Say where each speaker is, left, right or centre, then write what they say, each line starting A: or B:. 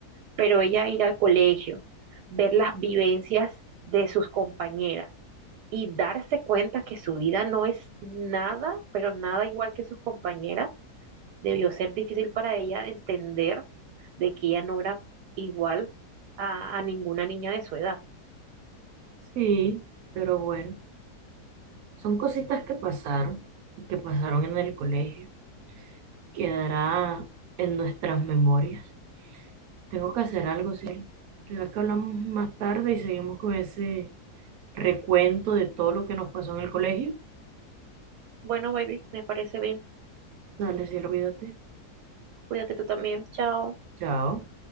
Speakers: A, on the right; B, on the right.
A: pero ella ir al colegio, ver las vivencias de sus compañeras y darse cuenta que su vida no es nada, pero nada igual que sus compañeras, debió ser difícil para ella entender de que ella no era igual a, a ninguna niña de su edad.
B: Sí, pero bueno, son cositas que pasaron y que pasaron en el colegio. Quedará en nuestras memorias. Tengo que hacer algo, Cielo. ¿Será que hablamos más tarde y seguimos con ese recuento de todo lo que nos pasó en el colegio?
A: Bueno, baby, me parece bien.
B: Dale, cielo, cuídate.
A: Cuídate tú también. Chao.
B: Chao.